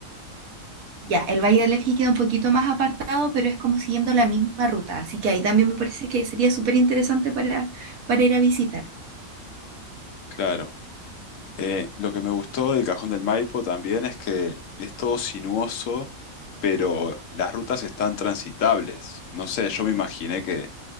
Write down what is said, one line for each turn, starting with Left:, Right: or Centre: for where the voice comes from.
Right: Ya, el Valle del Elqui queda un poquito más apartado, pero es como siguiendo la misma ruta, así que ahí también me parece que sería súper interesante para, para ir a visitar.
Left: Claro. Eh, lo que me gustó del Cajón del Maipo también es que es todo sinuoso, pero las rutas están transitables. No sé, yo me imaginé que